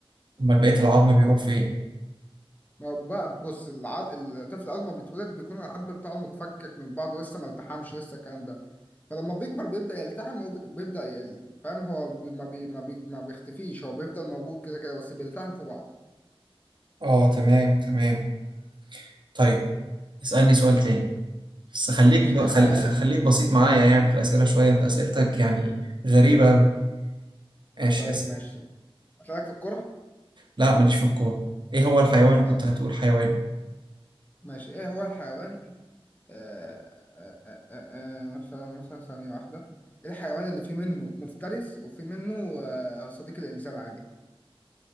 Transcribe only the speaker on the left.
ما هو بقى بص الع... الطفل اول ما بيتولد بيكون العظم بتاعه متفكك من بعضه لسه ما التحمش لسه الكلام ده فلما بيكبر بيبدأ يلتحم وبيبدأ يقل فاهم هو بي- ما بي... ما, بي... ما بيختفيش هو بيفضل موجود كده كده بس بيلتحم في بعضه
ماشي
ايه الحيوان
طيب
ماشي أسألك في الكرة
طب
ماشي ايه هو الحيوان آه آه آه آه آه، مثلا مثلا ثانية واحدة ايه الحيوان اللي فيه منه مفترس وفيه منه آه صديق الإنسان عادي